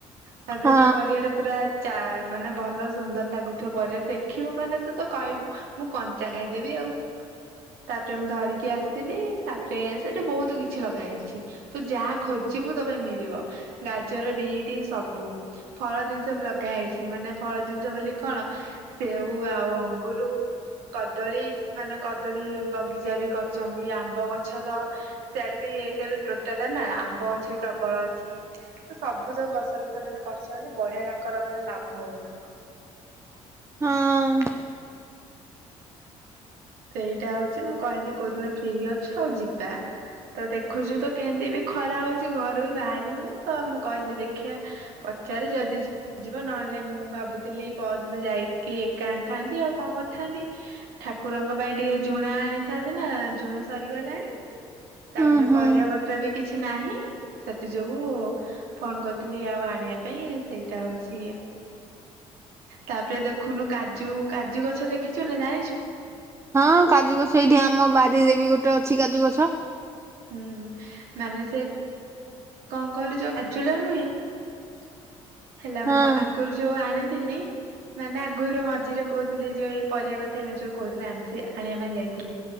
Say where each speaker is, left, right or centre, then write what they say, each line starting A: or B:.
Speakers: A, on the right; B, on the right.
A: ତାପରେ
B: ହଁ
A: ସେ ପରିବା ଟା ପୁରା ଚା ମାନେ ଭଲ ସୁନ୍ଦର ଭଲ ଲାଗୁଥିବ ପରିବାର ଦେଖିବୁ ମାନେ ତୁ ତ କହିବୁ ମୁଁ କଞ୍ଚା ଖାଇଦେବି ଆଉ ତାପରେ ମୁଁ ଧରିକି ଆସିି ଆସିଲି ତାପରେ ସେଠି ବହୁତ କିଛି ଲଗା ହେଇଛି ତୁ ଯାହା ଖୋଜିବୁ ତପାଇଁ ମିଳିବ ଗାଜର ବିଟି ସବୁ ଫଳ ଜିନିଷ ବି ଲଗା ହେଇଛି ମାନେ ଫଳ ଜିନିଷ ବୋଲି କଣ ସେଉ ଆଉ ଅଙ୍ଗୁରୁ କଦଳୀ ମାନେ କଦଳୀ ବଗିଚା ବି କରଛନ୍ତି ଆମ୍ବ ଗଛ ତ ସେଆଡେ ବି ଏକ ରେ ତୋଟାଟା ନା ଆମ୍ବ ଗଛ ବି ପ୍ରବଳ ଅଛି ତ ସବୁ ସବୁ ଫସଲ ସେମାନେ କରିଛନ୍ତି ବଢିଆ ତାଙ୍କର ମାନେ ଲାଭ ହଉଥିବ।
B: ହଁ।
A: ସେଇଟା ହଉଛି ମୁଁ କହିଲି କୋଉଦିନ ଫ୍ରି ଅଛ ଯିବା ତ ଦେଖୁଛୁ ତ କେମିତି ବି ଖରା ହଉଛି ଘରୁ ବି ବାହାରି ହଉନି ତ ମୁଁ କହିଲି ଦେଖିବା ପଚାରେ ଯଦି ଯିବ ନହେଲେ ମୁଁ ଭାବୁଥିଲି ପରଦିନ ଯାଇକି ଏକା ଆଣି ଥାନ୍ତି ଆଉ କଣ କରିଥାନ୍ତି ଠାକୁ କୁରଙ୍କ ପାଇଁ ଟିକେ ଝୁଣା ଆଣିଥାନ୍ତି ନା ଝୁଣା ସରିଗଲାଣି। ତାପରେ
B: ଉଁ ହୁଁ।
A: ପରିବାପତ୍ର ବି କିଛି ନାହିଁ ସେଥି ଯୋଗୁ ଫୋନ କରିଥିଲି ଆଉ ଆଣିବା ପାଇଁ ସେଇଟା ହଉଛି ତାପରେ ଦେଖୁନୁ କାଜୁ କାଜୁ ଗଛ ଦେଖିଛୁ ନା ଜାଣିଛୁ?
B: ହଁ କାଜୁ ଗଛ ଏଇଠି ଆମ ବାରିରେ ବି ଗୋଟେ ଅଛି କାଜୁ ଗଛ।
A: ହୁଁ ମାନେ ସେ କଣ କହିଲୁ ଯୋଉ କାଜୁୁର ନୁହେଁ। <inaudible> ହେଲା
B: ହଁ।
A: ମୁଁ ଆଗରୁ ଯୋଉ ଆଣେ ଥିଲି ମାନେ ଆଗରୁ ମଝିରେ କହୁଥିଲି ଯୋଉ ଏଇ ପରିବା କଥା ଏ ଯଉ କହୁଥିଲେ ଆଣିଥି ଆାଣିବା ପାଇଁ ଯାଇଥିଲି